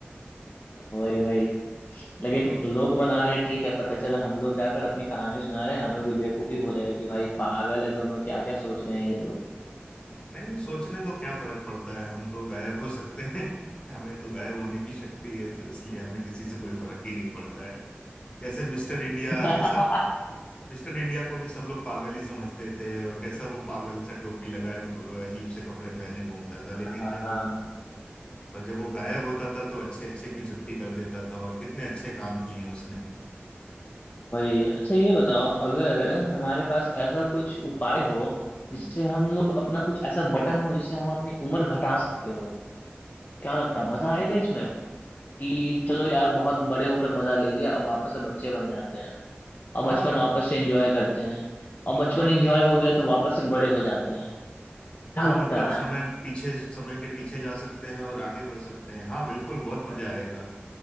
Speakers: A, on the left; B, on the left.
A: वही वही
B: <laughs>
A: लेकिन
B: तो
A: लोग बना रहे हैं ठीक है पता चला हम लोग जाकर अपनी कहानी सुना रहे हैं हमें कोई बेवकूफी बोलेगा कि भाई पागल है दोनों क्या क्या सोच रहे हैं ये लोग
B: नहीं सोचने दो क्या फर्क पड़ता है हम तो गायब हो सकते हैं <laughs> हमें तो गायब होने की शक्ति है तो इसलिए हमें किसी से कोई फर्क ही नहीं पड़ता है कैसे मिस्टर इंडिया
A: <laughs>
B: कैसा मिस्टर इंडिया को भी सब लोग पागल ही समझते थे और कैसा वो पागल सा टोपी लगाए अजीब से कपड़े पहने घूमता था
A: हाँ
B: लेकिन जब वो पर जब वो गायब होता था तो अच्छे अच्छे की छुट्टी कर देता था और कितने अच्छे काम किए हैं उसने
A: वही अच्छा ये बताओ अगर हमारे पास ऐसा कुछ उपाय हो
B: हम्म,
A: जिससे हम लोग अपना कुछ ऐसा बटन हो जिससे हम अपनी उम्र घटा सकते हो क्या लगता है मजा आएगा इसमें कि चलो यार बहुत बड़े होकर मजा ले लिया अब वापस से बच्चे बन जाते हैं अब
B: हाँ
A: बचपन वापस से एंजॉय करते हैं और
B: हाँ
A: बचपन एंजॉय हो गया तो वापस से बड़े हो जाते हैं क्या
B: हाँ
A: लगता
B: मतलब
A: है
B: समय पीछे समय के पीछे जा सकते हैं और आगे बढ़ सकते हैं हाँ बिल्कुल बहुत मजा आएगा